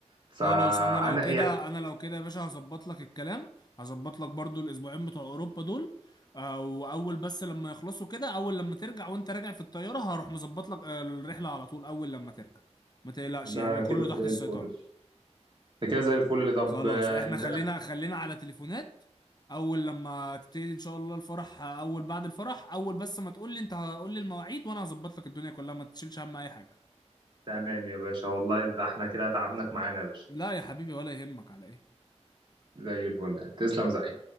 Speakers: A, on the right; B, on the left.
A: فانا
B: خلاص انا لو كده
A: يعني
B: انا لو كده يا باشا هظبط لك الكلام هظبط لك برضو الاسبوعين بتوع اوروبا دول آه، واول بس لما يخلصوا كده اول لما ترجع وانت راجع في الطياره هروح مظبط لك آه، الرحله على طول اول لما ترجع ما تقلقش
A: ده
B: يعني
A: كده
B: كله تحت
A: زي
B: السيطره
A: الفل ده كده زي الفل طب
B: خلاص
A: آه،
B: احنا
A: انت
B: خلينا خلينا على تليفونات اول لما تبتدي ان شاء الله الفرح آه، اول بعد الفرح اول بس ما تقول لي انت هقول لي المواعيد وانا هظبط لك الدنيا كلها ما تشيلش هم اي حاجه
A: تمام يا باشا والله ده احنا كده تعبناك معانا يا باشا
B: لا يا حبيبي ولا يهمك على ايه
A: زي الفل تسلم يا زعيم